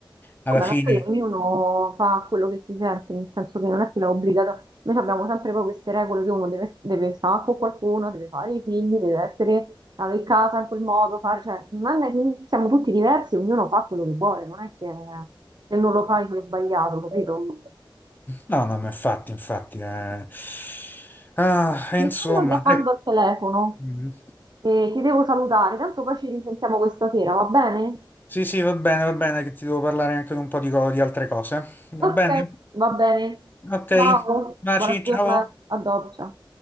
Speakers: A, on the left (about 20°); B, on the right (about 55°).
A: alla
B: Vabbè,
A: fine...
B: ma poi ognuno fa quello che si sente, nel senso che non è che è obbligato. Noi abbiamo sempre poi queste regole che uno deve, deve stare con qualcuno, deve fare i figli, deve essere avere casa in quel modo, fare, cioè, non è che siamo tutti diversi, ognuno fa quello che vuole, non è che se non lo fai sei sbagliato, capito?
A: No, no, ma infatti, infatti... eh. Ah, e
B: Mi
A: insomma...
B: stanno chiamando al telefono
A: eh,
B: e ti devo salutare, tanto poi ci risentiamo questa sera, va bene?
A: Sì, sì, va bene, va bene, che ti devo parlare anche di un po' di, co- di altre cose. Va
B: Ok,
A: bene?
B: va bene.
A: Ok,
B: Ciao,
A: baci,
B: buona giornata,
A: ciao.
B: a dopo. ciao.